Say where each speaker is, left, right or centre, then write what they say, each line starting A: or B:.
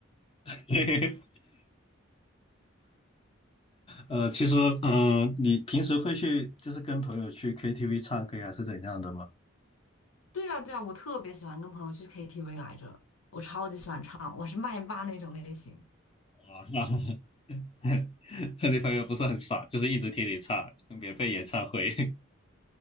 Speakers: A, on the left (about 25°); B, on the left (about 85°).
A: <laughs> 对，呃，其实，嗯、你平时会去就是跟朋友去 KTV 唱歌还是怎样的吗？
B: <laughs> 对啊对啊，我特别喜欢跟朋友去 KTV 来着，我超级喜欢唱，我是麦霸那种类型。
A: 哇，<laughs> 那你朋友 <laughs> 不是很爽，就是一直听你唱免费演唱会，